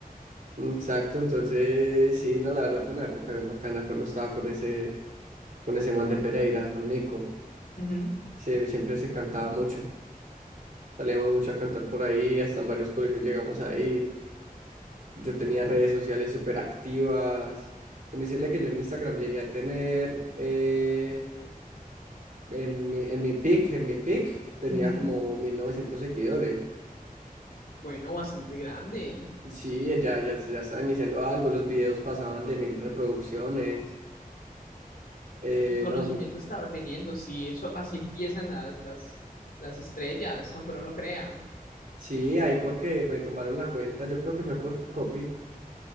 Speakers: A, on the right; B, on the left.
A: exacto, entonces sí, no, la verdad fue una época bien bacana cuando estaba con ese... con ese man de Pereira, con Nico.
B: Ujú,
A: se- siempre se cantaba mucho. Salíamos mucho a cantar por ahí, hasta en varios colegios llegamos a ir. Yo tenía redes sociales súper activas. Con decirle que yo en Instagram llegué a tener, eh, en mi, en mi pic, en mi pic, tenía
B: ujú.
A: como 1900 seguidores.
B: Bueno, bastante grande.
A: Sí, ya, ya, ya estaba iniciando algo, los videos pasaban de mil reproducciones. Eh,
B: El conocimiento
A: no, fue-
B: estaba teniendo, sí, eso así empiezan las, las, las estrellas, aunque uno no crea.
A: sí, ahí porque me tumbaron la cuenta, yo creo que fue por copy.